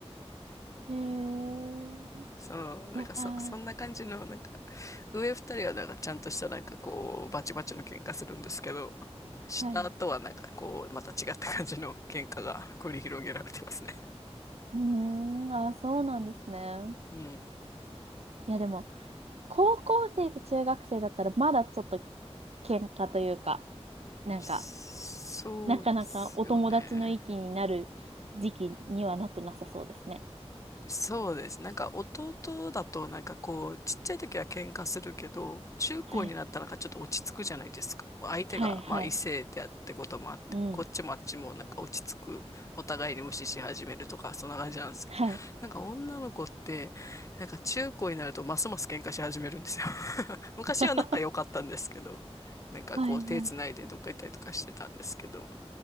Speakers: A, on the right (about 70°); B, on the left (about 30°).
A: <laughs> えー、
B: そう、
A: いやー、
B: なんかそ、そんな感じの、なんか、上二人はなんかちゃんとしたなんかこう、バチバチの喧嘩するんですけど、下とはなんかこう、
A: はい。
B: また違った感じの喧嘩が繰り広げられてますね。
A: うーん、あー、そうなんですね。
B: うん。
A: いや、でも、高校生と中学生だったら、まだちょっと喧嘩というか、なんか、
B: そうですよね。
A: なかなかお友達の域になる時期にはなってなさそうですね。
B: そうです。なんか弟だとなんかこうちっちゃい時は喧嘩するけど中高になったらなんかちょっと落ち着くじゃないですか。
A: はい。
B: 相手がまあ異性であってこともあってこっちもあっちもなんか落ち着くお互いに無視し始めるとかそんな感じなんですけどなんか女の子ってなんか中高になるとますます喧嘩し始めるんですよ
A: はい、はい。うん。はい。
B: <laughs> 昔は仲良かったんですけどなんかこう手つないでどっか行ったりとかしてたんですけど、
A: <laughs> はい、はい。